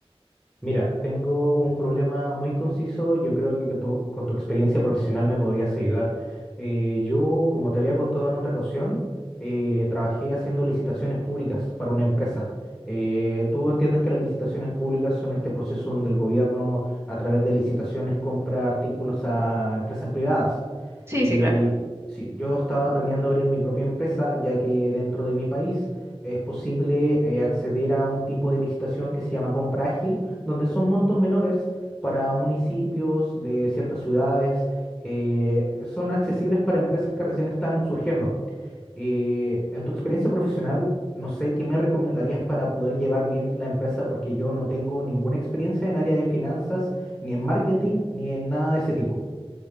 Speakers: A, in the centre; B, on the right (about 25°).
A: Mira, tengo un problema muy conciso. Yo creo que tú- con tu experiencia profesional me podrías ayudar. Eh, yo, como te había contado en otra ocasión, eh, trabajé haciendo licitaciones públicas para una empresa. Eh, tú entiendes que las licitaciones públicas son este proceso donde el gobierno, a través de licitaciones, compra artículos a empresas privadas.
B: Sí,
A: Y
B: sí, claro.
A: sí, yo estaba planeando abrir mi propia empresa, ya que dentro de mi país es posible eh, acceder a un tipo de licitación que se llama compra ágil, donde son montos menores para municipios de ciertas ciudades. eh, son accesibles para empresas que recién están surgiendo. Eh, en tu experiencia profesional, no sé qué me recomendarías para poder llevar bien la empresa, porque yo no tengo ninguna experiencia en área de finanzas, ni en marketing, ni en nada de ese tipo.